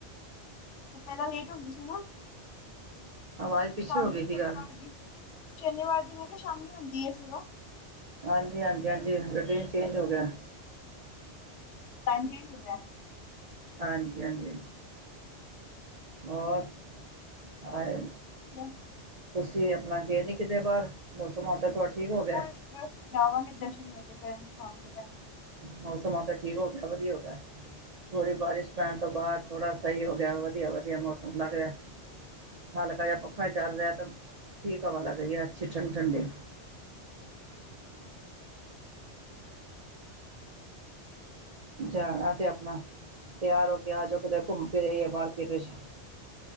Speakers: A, on the left; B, on the right.
A: ਤੇ, ਪਹਿਲਾਂ ਲੇਟ ਹੁੰਦੀ ਸੀ ਨਾ।
B: ਆਵਾਜ਼ ਪਿੱਛੇ
A: ਸ਼ਾਮੀ
B: ਹੋ ਗਈ ਕੀ
A: ਸ਼ਨੀਵਾਰ
B: ਗੱਲ
A: ਦੀ। ਸ਼ਨੀਵਾਰ ਦੀ ''ਮੈਂ ਕਿਆ ਸ਼ਾਮੀ ਹੁੰਦੀ ਏ, ਸੇਵਾ।
B: ਹਾਂਜੀ-ਹਾਂਜੀ, ਹਾਂਜੀ, ਰੂਟੀਨ ਚੇਂਜ ਹੋਗਿਆ।
A: ਟਾਇਮ ਚੇਂਜ ਹੋਗਿਆ।
B: ਹਾਂਜੀ-ਹਾਂਜੀ। ਹੋਰ, ਆਏ
A: ਵਧੀਆ।
B: ਤੁਸੀ ਆਪਣਾ ਗਏ ਨੀ ਕਿਤੇ ਬਾਹਰ? ਮੌਸਮ, ਹੁਣ ਤਾ ਥੋੜਾ ਠੀਕ ਹੋਗਿਆ।
A: ਹੁਣ ਬਸ, ਜਾਵਾਂਗੇ ਜਰਸ਼ਨ ਮੇਲੇ ਟਾਇਮ, ਸ਼ਾਮ ਦੇ ਟਾਇਮ।
B: ਮੌਸਮ ਹੁਣ ਤਾਂ ਠੀਕ ਹੋਗਿਆ, ਵਧੀਆ ਹੋਗਿਆ। ਥੋੜੀ ਬਾਰਿਸ਼ ਪੈਣ ਤੋਂ ਬਾਅਦ, ਥੋੜਾ ਸਹੀ ਹੋਗਿਆ। ਵਧੀਆ-ਵਧੀਆ ਮੌਸਮ ਲੱਗ ਰਿਹਾ। ਹਲਕਾ ਜਾ ਪੱਖਾ ਚੱਲ ਰਿਹਾ, ਤਾਂ ਠੀਕ ਹਵਾ ਲੱਗ ਰਹੀ ਆ, ਅੱਛੀ, ਠੰਡੀ-ਠੰਡੀ। ਜਾਣਾ ਤੇ ਆਪਣਾ, ਤਿਆਰ ਹੋਕੇ ਆਜੋ ਕਿਤੇ ਘੁੰਮ ਫਿਰ ਆਈਏ ਮਾਰਕੀਟ ਵਿੱਚ।